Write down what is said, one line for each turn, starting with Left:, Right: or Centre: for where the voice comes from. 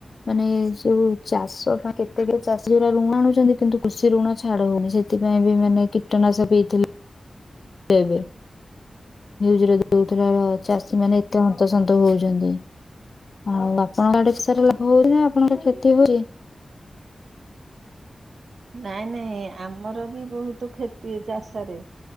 Left: ମାନେ ଯୋଉ ଚାଷ କେତେ ଚାଷୀ ଯା ଋଣ ଣୁ କିନ୍ତୁ କୃଷି ଋଣ ଛାଡ ହଉନି ସେଥିପାଇଁ, ବି ମାନେ କୀଟନାଶ ହେଇଥିଲେ ଦେବେ ଜରେ ଦଉଥିଲା ଚାଷୀ ମାନେ ଏତେ ହନ୍ତସନ୍ତ ହଉଛନ୍ତି। ଆଉ ଆପଣଙ୍କ ଆଡେ ପସାର ଲାଭ ହଉଛି ନା ଆପଣଙ୍କର କ୍ଷତି ହଉଛି।
Right: ନାଇଁ ନାଇଁ ଆମର ବି ବହୁତ କ୍ଷତି ଚାଷ ରେ